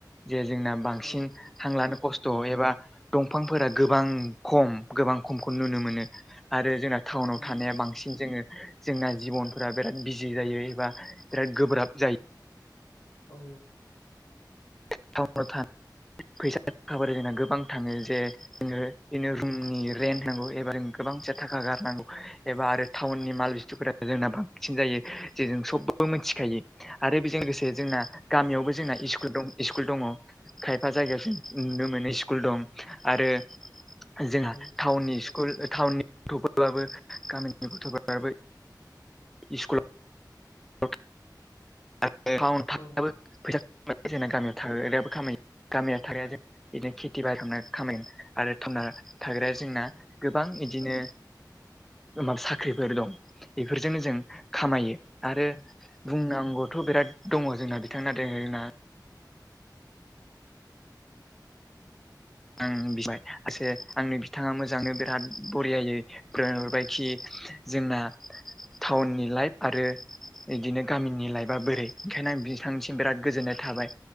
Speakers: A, in the centre; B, on the left.
A: जे जोंना बांसिन
B: औ
A: हांलानो
B: नंगौ
A: खस्थ' एबा दंफांफोरा गोबां खम गोबां खमखौ नुनो मोनो आरो जोंना टाउनाव
B: उम
A: थानाया बांसिन जोङो जोंना जिबनफोरा बिराद बिजि जायो एबा बिराद गोब्राब जायो।
B: औ
A: टाउनाव थानाय <unintelligible> फैसा थाखाब जोंना गोबां थाङो जे नोङो इनो रुमनि रेन्ट होनांगौ एबा जों गोबां फैसा थाखा गारनांगौ। एबा आरो टाउननि माल बुस्थुफोरा जोंना बांसिन जायो। जे जों सबबो मोथिखायो आरो बेजों लोगोसे जोंना गामियावबो
B: औ
A: जोंना इस्कुल दं। इस्कुल दङ खायफा जायगायाव जों नुनो मोनो स्कुल दं आरो जोंहा
B: औ
A: टाउननि इस्कुल टाउननि गथ'फोरबाबो गामिनि गथ'फोराबो इस्कुल <unintelligible>
B: औ
A: <unintelligible> फैसा जा गामियाव थाग्रायाबो खामायो गामिया थाग्राया जों बिदिनो खेथि बा खामायगोन आरो थावना थाग्राया जोंना गोबां इदिनो गोबां साख्रिफोर दं बेफोरजोंनो जों खामायो। आरो
B: औ
A: बुंनांगौथ' बिराद दङ जोंना बिथांना दोङो ना। आं बिबाय आसे आंनि बिथाङा मोजांनो बिराद बरियायै फोरमाय हरबायखि जोंना टाउननि लाइफ आरो। बिदिनो गामिनि लाइफआ बोरै ओंखायनो बिथांनिसिम बिराद गोजोननाय थाबाय